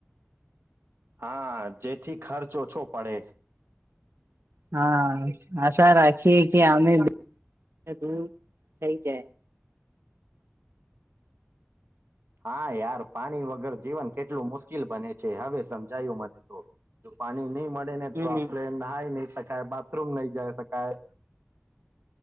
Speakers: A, on the right; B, on the right.
A: હા જેથી ખર્ચ ઓછો પડે
B: હા આશા રાખીએ કે <inaudible> દૂર થઈ જાય
A: હા યાર પાણી વગર જીવન કેટલું મુશ્કેલ બને છે હવે સમજાયું મને તો જો પાણી નઈ મળે ને
B: હમ
A: તો આપણે નાઈ ની શકે કાય બાથરૂમ નઈ જાય સકાય